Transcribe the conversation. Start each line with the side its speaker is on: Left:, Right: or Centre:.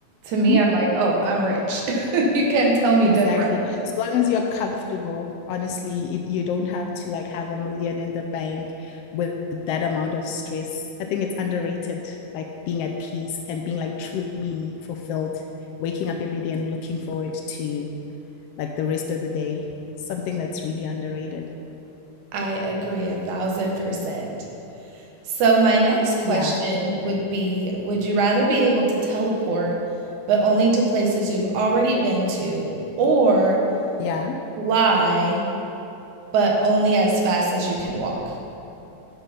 Right: to
Left: Mhm.
Right: me, I'm like, oh, I'm rich. <laughs> You can't tell me
Left: Exactly.
Right: different.
Left: As long as you're right. comfortable, honestly, it, you don't have to like have a million in the bank with that amount of stress. I think it's underrated, like being at peace and being like truly fulfilled, waking up every day and looking forward to like the rest of the day. Something that's really underrated.
Right: I agree a thousand percent. So, my next question
Left: Yeah.
Right: would be Would you rather be able to teleport, but only to places you've already been to, or
Left: Yeah.
Right: fly, but only as fast as you can walk?